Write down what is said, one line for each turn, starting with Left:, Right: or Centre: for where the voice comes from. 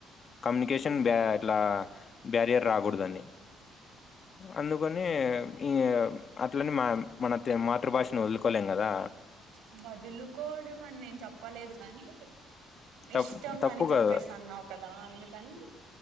Left: కమ్యునికేషన్ బ్యా. ట్లా బ్యారియర్ రాగూడ్దని అందుకని ఈ అట్లని మా మన తె మాతృభాషను వదులుకోలేం గదా.
Right: చ్ వదులుకోడం అన్ నేన్ చెప్పలేదు కానీ
Left: తప్పు
Right: ఇష్టం
Left: తప్పు
Right: అని చెప్పేస్సాన్నావ్
Left: కాదు
Right: కదా అందుకని.